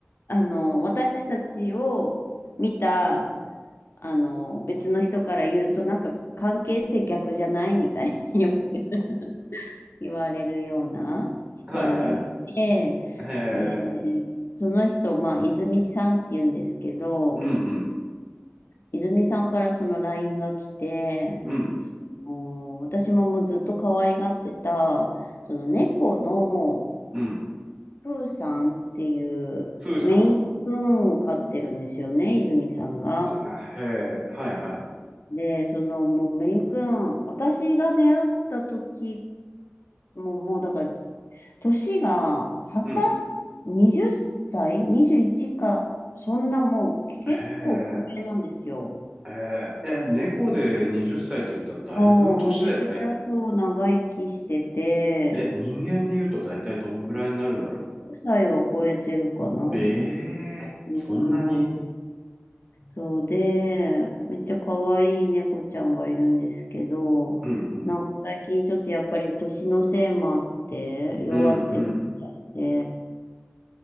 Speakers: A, on the left; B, on the right.
A: あの、私たちを見たあの、別の人から言うと、なんか関係性逆じゃないみたいによく <laughs> 言われるような人がいて、
B: いはい。へえ、
A: で、その人、まあ、泉さんって言うんですけど、
B: うんうん、
A: 泉さんからその LINE が来て、
B: うん、
A: お私ももうずっと可愛がってた、その猫の
B: うん。
A: プーさんっていうメインプーンを飼ってるんですよね、
B: ふーさん。
A: 泉さんが。
B: あ、へえ、はいはい。
A: で、その、もうメイン君、私が出会った時、もう、もうだから、年が、はた、20歳
B: うん。
A: ?21 か、そんなもう結構高齢なんですよ。
B: へえ、へえ、え、猫で20歳って言ったらだいぶ年だよね。
A: もう、めちゃくちゃそう、長生きしてて、
B: え、人間で言うとだいたいどんぐらいになるんだろ
A: 5歳は超えてるかな
B: う。ええ、
A: うん。
B: そんなに
A: そうで、めっちゃ可愛い猫ちゃんがいるんですけど、
B: うんうん。
A: なんか最近ちょっとやっぱり年のせいもあって、弱ってるみたいで、
B: うんうん。